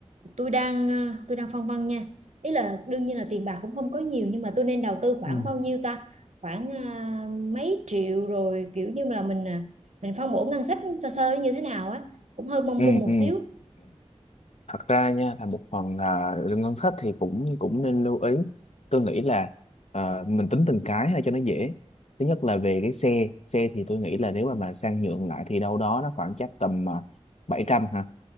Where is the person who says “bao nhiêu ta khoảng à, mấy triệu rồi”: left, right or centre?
Right